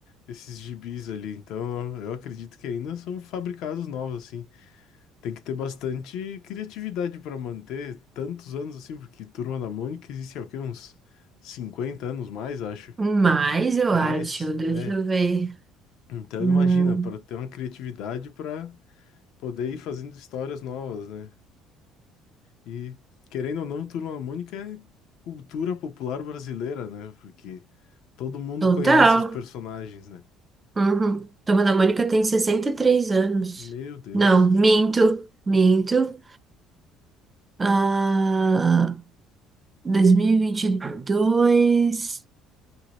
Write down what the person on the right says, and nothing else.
Mas eu
acho, deixa
eu ver.
Hum,
total.
Uhum. Turma da Mônica tem 63 anos.
Não, minto, minto. Ah, dois mil e e vinte e dois.